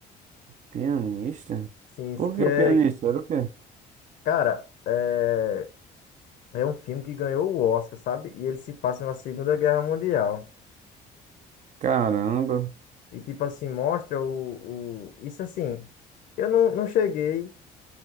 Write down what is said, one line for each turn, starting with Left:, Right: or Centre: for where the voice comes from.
Right: Pianista?
Left: sim,
Right: Por
Left: que
Right: que o
Left: é
Right: pianista?
Left: que,
Right: Era o quê?
Left: cara, é, é um filme que ganhou o Oscar, sabe? E ele se passa na Segunda Guerra Mundial.
Right: Caramba.
Left: E tipo assim, mostra o, o... isso assim, eu não, não cheguei